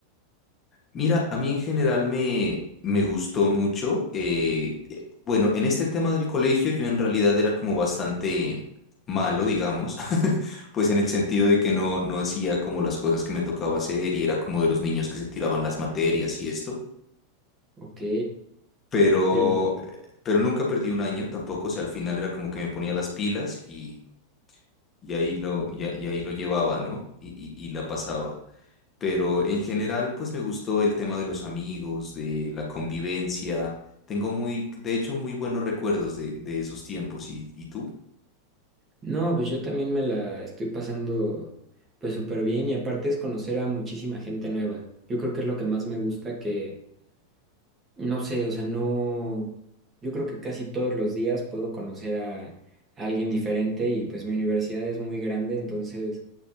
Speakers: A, on the left; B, on the right.
A: Mira, a mí en general me, me gustó mucho. eh, eh, bueno, en este tema del colegio yo en realidad era como bastante malo, digamos, <laughs> pues en el sentido de que no, no hacía como las cosas que me tocaba hacer y era como de los niños que se tiraban las materias y esto.
B: Ok,
A: pero,
B: pero
A: pero nunca perdí un año tampoco, o sea, al final era como que me ponía las pilas y, y ahí lo, y, a- y ahí lo llevaba, ¿no? Y, y, y la pasaba. Pero en general, pues me gustó el tema de los amigos, de la convivencia. Tengo muy, de hecho, muy buenos recuerdos de, de esos tiempos. ¿Y, y tú?
B: No, pues yo también me la estoy pasando pues súper bien y aparte es conocer a muchísima gente nueva. Yo creo que es lo que más me gusta que, no sé, o sea, no, yo creo que casi todos los días puedo conocer a, a alguien diferente y pues mi universidad es muy grande, entonces